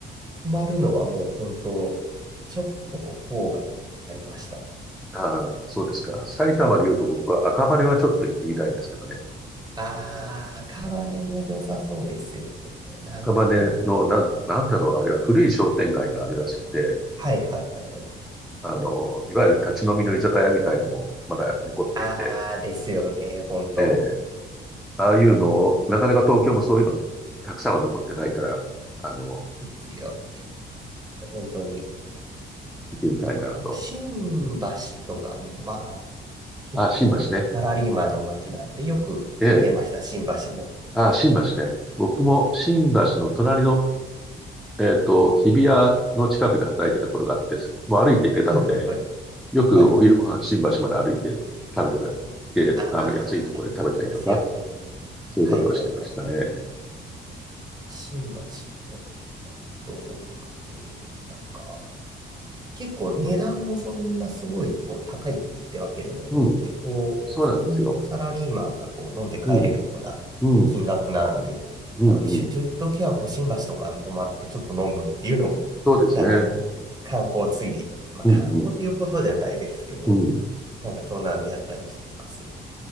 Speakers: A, on the right (about 20°); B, in the centre.
A: 泊まるのはもう本当、ちょっとこう郊外になりました。
B: ああ、そうですか。埼玉で言うと僕は赤羽はちょっと行ってみたいんですけどね。
A: ああ、赤羽も良さそうですよね。なんかこう、
B: 赤羽のなん、なんだろう、あれは古い商店街があるらしくて、
A: はいはいはいはい。
B: あの、いわゆる立ち飲みの居酒屋みたいのもまだ残っていて、
A: ああ、ですよね、本当
B: ええ、ああいうのを、なかなか東京もそういうのたくさんは残ってないから、あの、
A: ですよね、本当に。
B: 見てみたいなと。
A: だから、あと、新橋とかも、まあ、結構、
B: ああ、新橋ね。
A: サラリーマンの街なんで、よく行ってました、
B: ええ、
A: 新橋も。
B: ああ、新橋ね。僕も新橋の隣のえっと、日比谷の近くで働いてた頃があって、もう歩いて行けたので、
A: はいはいはい。
B: よくお昼ご飯新橋まで歩いて食べてたって、
A: はいはいはい。ああ、
B: あの、安いところで食べたりとか、
A: ありますよね。
B: そういうことをしてましたね。
A: はいはいはいはい。新橋も、やっぱり人多くて、で、なんか、結構値段もそんなすごいこう高いってわけでもなくて、
B: うん、
A: こう、
B: そうなんですよ。
A: 普通にこうサラリーマンがこう飲んで帰れるような金額なんで、
B: うん、うん、うん、
A: なので出張行くときはこう新橋とかに泊まってちょっと飲むっていうのも、
B: うん。そうですね。
A: なんかもう観光ついで、まあ観光っていうほどじゃないですけど、
B: うん、うん、うん。
A: なんかそんなのやったりしてます。